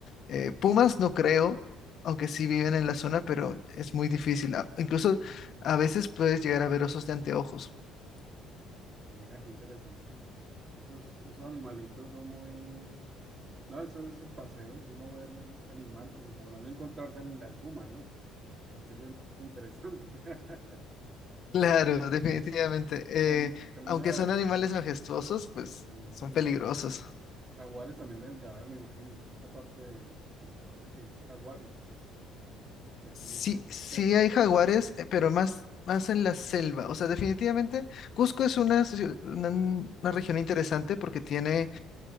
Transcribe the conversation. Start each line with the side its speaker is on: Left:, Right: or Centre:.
Left: eh, pumas no creo, aunque sí viven en la zona, pero es muy difícil. A- Incluso a veces puedes llegar a ver osos de anteojos. <laughs>
Right: mira qué interesante. Esos, esos animalitos son muy... No, eso es el paseo, uno ver animal, pues ojalá no encontrarse al, al puma, ¿no? Porque ese no es tan interesante. <laughs>
Left: Claro, definitivamente.
Right: También
Left: Eh,
Right: también
Left: aunque
Right: debe haber,
Left: son animales majestuosos, pues
Right: sí,
Left: son
Right: sí,
Left: peligrosos.
Right: son- jaguares también deben de haber, me imagino, por esa parte de, de Sudamérica y jaguares, que, es- que
Left: Sí,
Right: sí es
Left: sí
Right: peligroso.
Left: hay jaguares, eh, pero más, más en la selva. O sea, definitivamente Cusco es una, ciu- una una región interesante porque tiene